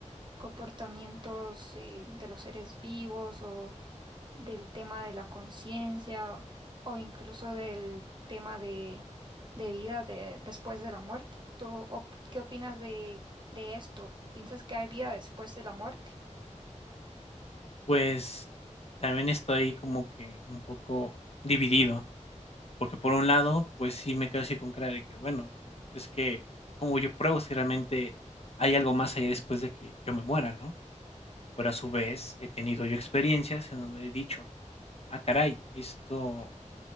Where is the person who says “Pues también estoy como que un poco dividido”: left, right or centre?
Left